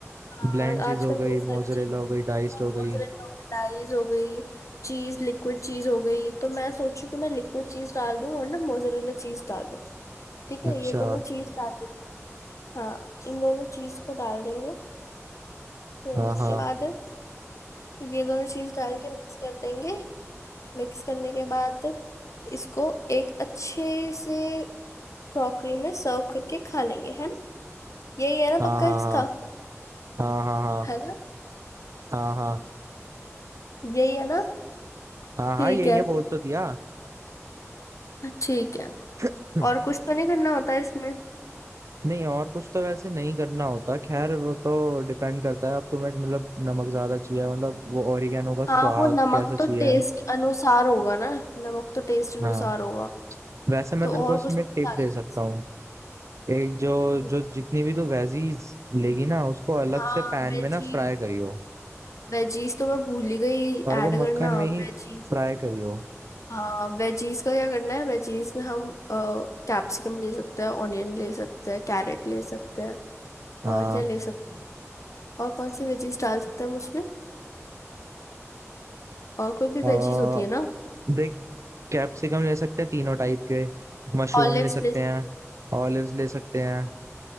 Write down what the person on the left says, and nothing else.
आ,
आजकल
बहुत सारी
चीज़
मोज़रेला
डाइज हो गई चीज़ लिक्विड चीज़ हो गई तो मैं सोचू कि मैं लिक्विड चीज़ डाल दूं और ना मोज़रेला चीज़ डाल दूं ठीक है
ये दोनों चीज़ डाल देते हैं हाँ इन दोनों चीज़ को डाल देंगे फिर
उसके
बाद ये दोनों चीज़ डाल के मिक्स कर देंगे मिक्स करने के बाद इसको एक अच्छे से क्रॉकरी में सर्व करके खा लेंगे है ना यही है ना
पक्का
इसका
है ना
यही है ना
ठीक
है
ठीक है
और कुछ तो नहीं करना होता है इसमें
हाँ वो नमक
तो टेस्ट अनुसार होगा ना नमक तो टेस्ट अनुसार
होगा
तो
और
कुछ तो
नहीं डालना
इसमें।
हम्म,
हाँ
वेजी
वेजीज तो मैं भूल ही गई
ऐड
करना
वेजी
हाँ वेजीज का क्या करना है वेजीज में हम कैप्सिकम ले सकते हैं ऑनियन ले सकते हैं कैरेट ले सकते हैं
और क्या ले सकते हैं और कौन सी वेजीज डाल सकते हैं हम उसमें और कोई भी
वेजीज होती है ना
ऑलिव्स
ले